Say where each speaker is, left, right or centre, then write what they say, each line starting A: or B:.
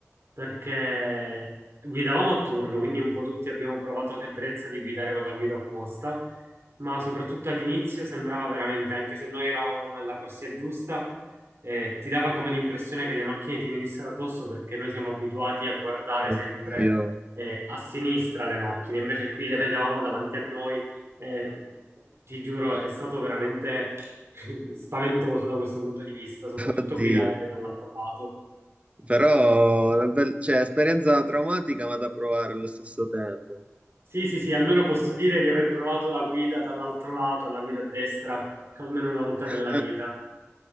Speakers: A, on the right; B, on the right.
A: perché guidavamo a turno, quindi un po' tutti abbiamo provato l'ebbrezza di guidare con la guida opposta, ma soprattutto all'inizio sembrava veramente, anche se noi eravamo nella corsia giusta, eh, ti dava come l'impressione che le macchine ti venissero addosso perché noi siamo abituati a guardare
B: Oddio,
A: sempre eh, a sinistra le macchine, invece qui le vedevamo davanti a noi. eh, ti giuro, è stato veramente <laughs> spaventoso da questo punto di vista, soprattutto
B: oddio.
A: guidare dall'altro lato.
B: Però, una bel- cioè, esperienza traumatica ma da provare allo stesso tempo.
A: Sì, sì, sì, almeno posso dire di aver provato la guida dall'altro lato, alla guida a destra, almeno una volta
B: <laughs>
A: nella vita.